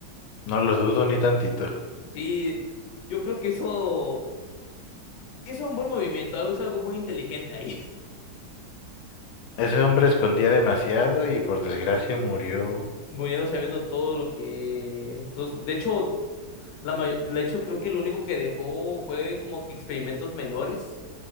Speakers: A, on the left; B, on the left.
A: no lo dudo ni tantito.
B: Sí, yo creo que eso Hizo un buen movimiento, algo- hizo algo muy inteligente ahí,
A: Ese hombre escondía demasiado y por desgracia murió.
B: <laughs> muriendo sabiendo todo lo que... sus- De hecho, la may- de hecho, creo que lo único que dejó fue como que experimentos menores.